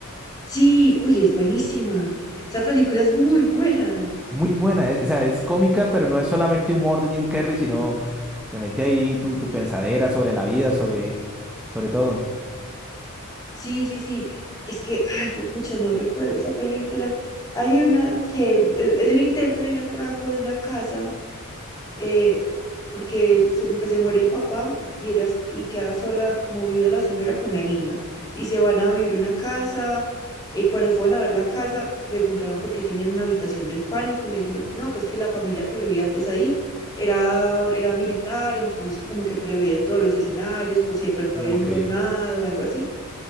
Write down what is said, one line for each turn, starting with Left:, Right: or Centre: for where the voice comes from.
Left: Sí, uy, es buenísima. Esa película es muy buena.
Centre: Muy buena, eh, o sea, es cómica, pero no es solamente humor de Jim Carrey, sino te mete ahí tu, tu pensadera sobre la vida, sobre, sobre todo.
Left: Sí, sí, sí. Es que, ay, pucha, no recuerdo esa película. Hay una que es, es- es un intento de un atraco de una casa eh, porque se- como que se muere el papá y, era, y queda sola como viuda la señora con la niña. Y se van a vivir una casa, y cuando fueron a ver la casa, preguntaron por qué tenían una habitación del pánico y le dijeron que no, que es que la familia que vivía antes ahí era, era militar, entonces que como que preveían todos los escenarios por si de pronto
Centre: Mm,
Left: había
Centre: Ok.
Left: un tornado o algo así.